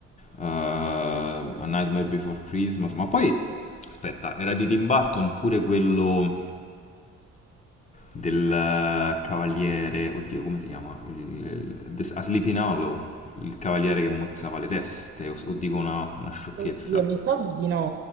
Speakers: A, on the left; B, on the right.
A: eh, A Nightmare Before Christmas, ma poi, aspetta, era di Tim Burton pure quello del eh, cavaliere, oddio, come si chiama? Il- il- The- a Sleeping Hollow, il cavaliere che mozzava le teste, o, o dico una, una sciocchezza.
B: Oddio, mi sa di no,